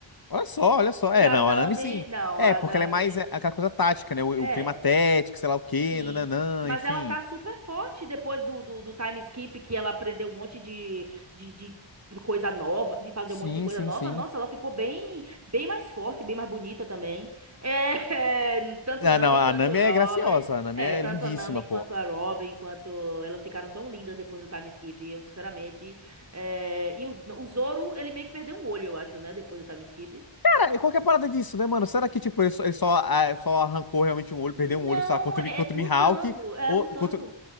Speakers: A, on the left; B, on the right.
A: Olha só, olha só. É,
B: Que a
A: não,
B: Nami,
A: a Nami sim.
B: não,
A: É,
B: a
A: porque
B: Nami,
A: ela é mais é, aquela coisa tática, né? O,
B: é.
A: o clima tético, sei lá o quê,
B: Sim,
A: nananã,
B: mas
A: enfim.
B: ela tá super forte depois do, do, do time skip que ela aprendeu um monte de, de, de coisa nova, de fazer
A: Sim,
B: um monte de coisa
A: sim,
B: nova.
A: sim.
B: Nossa, ela ficou bem bem mais forte, bem mais bonita também. É, <laughs> tanto
A: Ah,
B: Nami
A: não, a
B: quanto
A: Nami
B: Robin,
A: é graciosa, a Nami
B: é,
A: é
B: tanto
A: lindíssima,
B: a Nami quanto
A: pô.
B: a Robin, quanto elas ficaram tão lindas depois do time skip. Eu, sinceramente, é, e o, o Zoro, ele meio que perdeu um olho, eu acho, né, depois do time skip.
A: Cara, e qual que é a parada disso, né, mano? Será que, tipo, ele só, ele só, ah, é, só arrancou realmente um olho,
B: Não,
A: perdeu um olho, sei lá, contra,
B: é
A: o Mi- contra
B: lutando,
A: o Mihawk?
B: é
A: Ou,
B: lutando
A: contra...